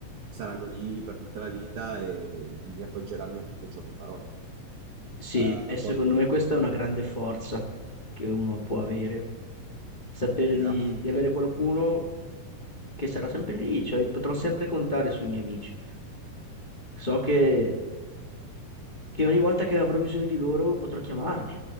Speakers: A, on the right (about 65°); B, on the left (about 50°).
A: saranno lì per tutta la vita e mi appoggeranno in tutto ciò che farò.
B: Sì,
A: Eh,
B: e secondo
A: poi,
B: me questa è una grande forza che uno può avere, sapere
A: esatto.
B: di, di avere qualcuno che sarà sempre lì, cioè potrò sempre contare sui miei amici. So che, che ogni volta che avrò bisogno di loro potrò chiamarli.